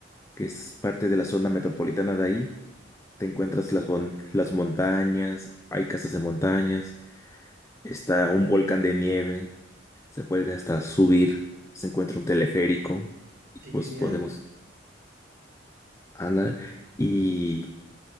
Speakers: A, on the left; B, on the right.
A: que es parte de la zona metropolitana de ahí. Te
B: ujú,
A: encuentras las, bon- las montañas, hay casas de montañas, está un volcán de nieve, se puede hasta subir, se encuentra un teleférico, y
B: Qué
A: pues
B: genial.
A: podemos andar. Y